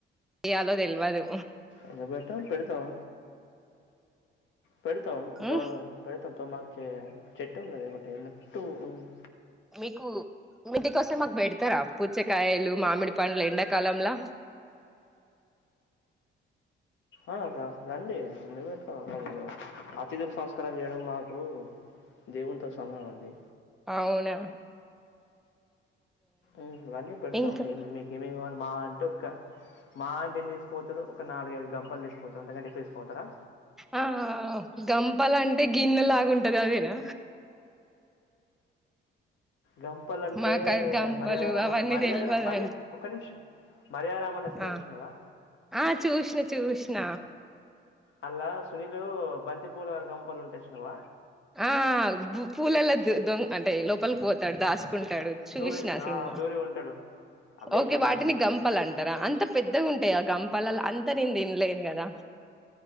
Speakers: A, in the centre; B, on the left (about 70°).
A: ఏయలో తెల్వదు
B: ఎందుకు పెట్టాం పెడతాం పెడతాం తో
A: ఉమ్
B: పా పెడతాం తో మా చెట్ ఉన్నది ఒకటి ఉన్-
A: మీకు మీ ఇంటి కోస్తే మాకు పెడతారా పూచ్చకాయలు మామిడి పండ్లు ఎండాకాలంలో
B: ఆ రండి ఎందుకు పెడతాం అయ్యో అతిథులు సంస్కారం చేయడం మాకు దేవునితో సమానం అండి
A: అవునా
B: ఉమ్ రండి పెడతాం
A: ఇంకా
B: మీ మీకేమేమి కావాలి మహా అంటే ఒక్క మహా అంటే ఎన్ని తీపోతారు ఒక నాలుగు ఐదు గంపాలు తీసిపోతారు అంతకంటే ఎక్కువ తీసుపోతారా
A: ఆ ఆ గంపలంటె గిన్నె లాగుంటది అదేనా
B: గంపలంటే
A: మాకు గంపలు
B: మర్యాద రమన్న
A: అవన్నీ
B: మర్యాద
A: తెల్వదండి
B: మర్య ఒక నిమిషం మర్యద రామన్న సినిమా
A: ఆ
B: చూసినావా
A: ఆ చూసినా చూసిన
B: అల్లా సునీలు బంతిపూల గంపలు ఉంటే చూసినావ
A: ఆ బు పూలలా దొంగ అంటే లోపలికి పోతాడు దాస్ కుంటాడు చూసిన
B: దూరి ఆ
A: సినిమా
B: దూరి ఉంటాడు అవే
A: ఓకే
B: గంపలు
A: వాటిని
B: అంటారు
A: గంపల్ అంటారా అంత పెద్దగా ఉంటాయా గంపలాలు అంత న ద లేను కదా